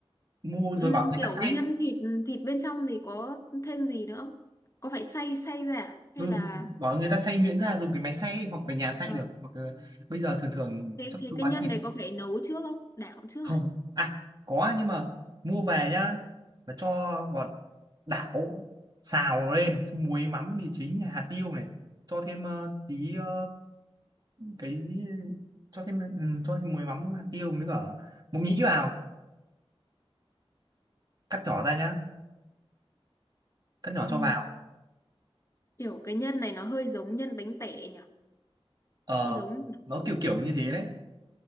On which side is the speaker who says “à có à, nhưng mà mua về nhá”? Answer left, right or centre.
Right